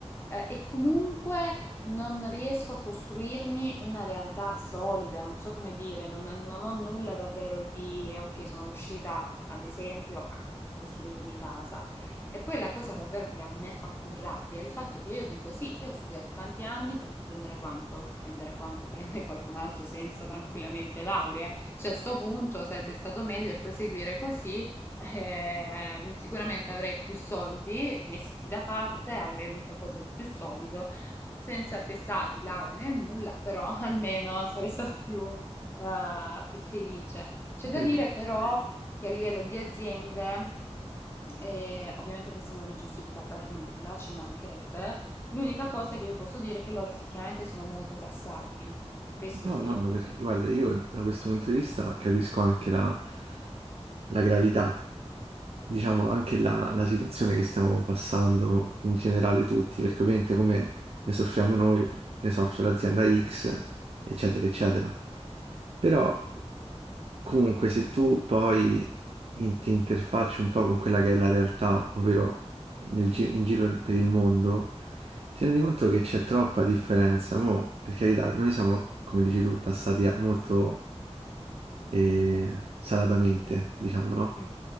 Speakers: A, on the left (about 20°); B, on the right (about 65°).
A: eh, e comunque non riesco a costruirmi una realtà solida, non so come dire, non, non ho nulla davvero di, eh, ok, sono riuscita ad esempio a costruirmi casa. E poi la cosa davvero che a me fa più rabbia è il fatto che io dico sì, io ho studiato tanti anni per prendere quanto, prendere quanto <laughs> prende qualcun altro senza tranquillamente laurea. Cioè, a sto punto sarebbe stato meglio proseguire così. ehm, sicuramente avrei più soldi messi da parte, avrei un qualcosa di più solido, senza attestati, lauree né nulla, però <laughs> almeno sarei stata più, eh, più felice. C'è
B: Vero,
A: da dire però che a livello di aziende, eh, ovviamente questo non li giustifica per nulla, ci mancherebbe. L'unica cosa che io posso dire è che loro effettivamente sono molto tassati. Questo
B: No,
A: sì.
B: no, ma perché, guarda, io da questo punto di vista capisco anche la, la gravità, diciamo, anche la, la situazione che stiamo passando in generale tutti, perché ovviamente come ne soffriamo noi, ne soffre l'azienda X, eccetera, eccetera. Però comunque se tu poi in- ti interfacci un po' con quella che è la realtà, ovvero nel gi- in giro per il mondo, ti rendi conto che c'è troppa differenza, mo? Per carità, noi siamo, come dici tu, tassati a- molto e salatamente, diciamo, no?
A: Mm.